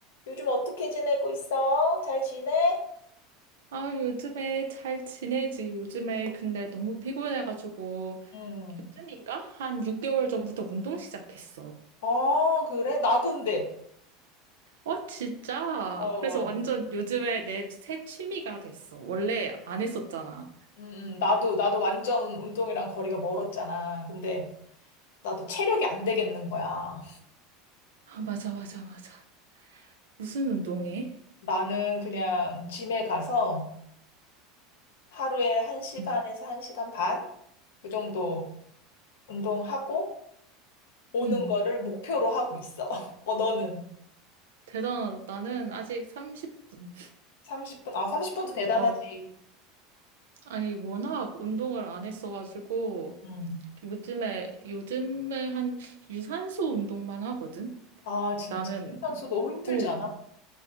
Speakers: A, on the left (about 65°); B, on the right (about 65°).
A: 요즘 어떻게 지내고 있어? 잘 지내?
B: 아, 요즘에 잘 지내지. 요즘에 근데 너무 피곤해가지고,
A: 음.
B: 요즘인가? 한 6개월 전부터 운동 시작했어.
A: 아, 그래? 나도인데.
B: 어, 진짜?
A: 어.
B: 그래서 완전 요즘에 내 새 취미가 됐어. 원래 안 했었잖아.
A: 음, 음. 나도, 나도 완전 운동이랑 거리가 멀었잖아. 근데 나도 체력이 안 되겠는 거야.
B: 아, 맞아, 맞아, 맞아. 무슨 운동해?
A: 나는 그냥 짐에 가서 하루에 한시간에서한시간
B: 응,
A: 반? 그 정도 운동하고 오는
B: 응.
A: 거를 목표로 하고 있어. <laughs> 어, 너는?
B: 대단하다. 나는 아직 30분.
A: 30분? 아, 30분도 대단하지.
B: 어, 아니, 워낙 운동을 안 했어가지고,
A: 음.
B: 요즘에, 요즘에 한 유산소 운동만 하거든?
A: 아, 진짜.
B: 나는,
A: 선수 너무 힘들지
B: 어,
A: 않아?